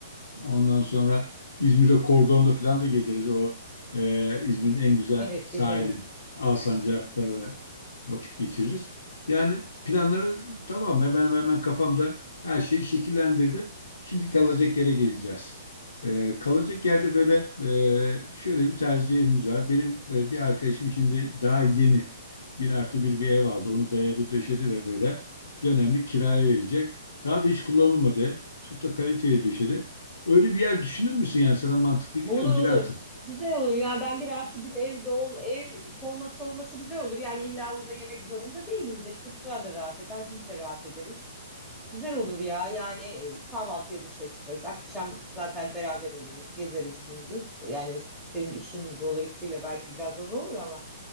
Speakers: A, on the left; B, in the centre.
A: ondan sonra İzmir'de Kordon'da falan da gezeriz. O e, İzmir'in en güzel
B: Evet
A: sahilini.
B: gezelim.
A: Alsancak'ta da vakit geçiririz. Yani planları tamam hemen hemen kafamda her şey şekillendirdi. Şimdi kalacak yere geleceğiz. Ee, kalacak yerde böyle e, şöyle bir tercihimiz var. Benim e, bir arkadaşım şimdi daha yeni bir artı bir bir ev aldı. Onu dayadı döşedi ve böyle dönemlik kiraya verecek. Daha da hiç kullanılmadı. ev. Çok da kaliteli döşedi. Öyle bir yer düşünür müsün yani sana mantıklı geliyor
B: Olur
A: mu?
B: olur.
A: Bir artı.
B: Güzel olur ya ben bir artı bir evde ol ev formatı olması güzel olur. Yani illa orada yemek zorunda değiliz de çocuklar da rahat eder biz de rahat ederiz. Güzel olur ya. Yani e, kahvaltıya dışarı çıkarız. Akşam zaten beraber oluruz. Gezeriz gündüz. Yani senin işin dolayısıyla belki biraz az olur ama